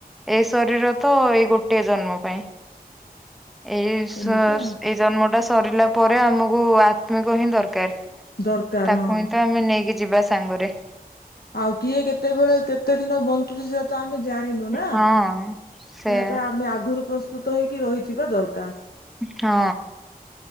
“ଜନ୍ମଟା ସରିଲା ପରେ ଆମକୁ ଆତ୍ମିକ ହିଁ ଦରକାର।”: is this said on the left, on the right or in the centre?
Centre